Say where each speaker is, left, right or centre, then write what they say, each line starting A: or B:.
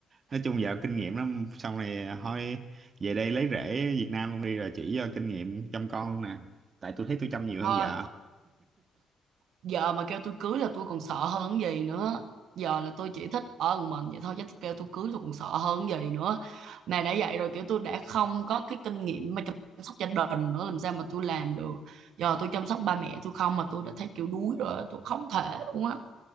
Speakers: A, on the right (about 45°); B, on the right (about 75°).
A: nói chung giờ kinh nghiệm lắm xong này thôi về đây lấy rễ Việt Nam luôn đi rồi chỉ cho kinh nghiệm chăm con luôn nè tại tôi thấy tôi chăm nhiều
B: ờ,
A: hơn vợ
B: giờ mà kêu tôi cưới là tôi còn sợ hơn cái gì nữa giờ là tôi chỉ thích ở một mình vậy thôi chứ kêu tôi cưới tôi còn sợ hơn cái gì nữa mà đã vậy rồi kiểu tôi đã không có cái kinh nghiệm mà chăm sóc gia đình nữa làm sao mà tôi làm được giờ tôi chăm sóc ba mẹ tôi không mà tôi đã thấy kiểu đuối rồi tôi không thể luôn á